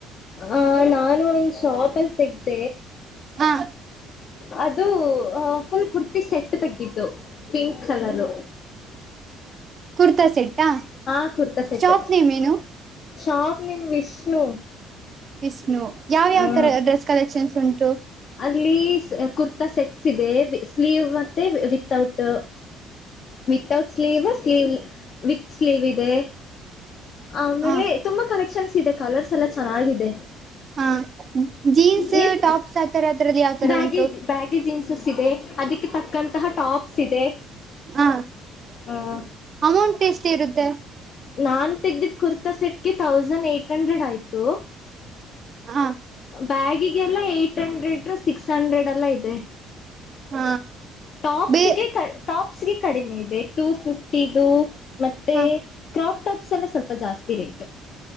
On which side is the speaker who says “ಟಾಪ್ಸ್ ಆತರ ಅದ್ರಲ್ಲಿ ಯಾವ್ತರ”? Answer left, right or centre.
Right